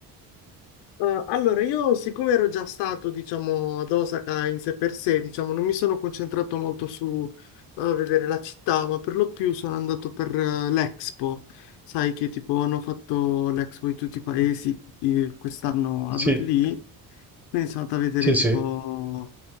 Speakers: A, on the left (about 80°); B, in the centre.
A: Eh, allora, io siccome ero già stato, diciamo, ad Osaka in sé per sé, diciamo, non mi sono concentrato molto su eh, vedere la città, ma per lo più sono andato per eh, l'Expo. Sai che tipo hanno fatto l'Expo di tutti i paesi eh, quest'anno
B: Sì,
A: ad- lì, quindi sono andato a vedere
B: sì,
A: tipo...
B: sì.